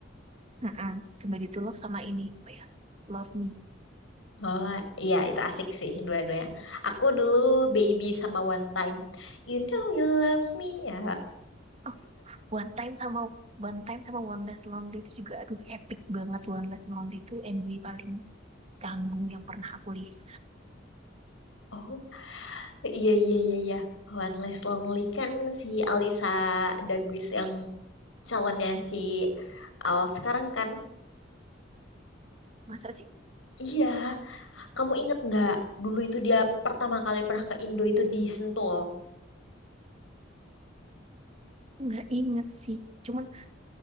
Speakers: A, on the right; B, on the left.
A: Mm-mm. Somebody to Love sama ini apa ya Love Me
B: Oh, iya itu asik sih dua-duanya. Aku dulu Baby sama One Time. You know you love me ya.
A: oh One Time sama One Time sama One Less Lonely itu juga aduh epic banget One Less Lonely itu MV paling canggung yang pernah aku lihat
B: Oh, iya iya iya iya. One Less Lonely kan si Alisa Daguis yang calonnya si Al sekarang kan.
A: masa sih
B: Iya, kamu inget nggak dulu itu dia pertama kali pernah ke Indo itu di Sentul.
A: nggak inget sih cuman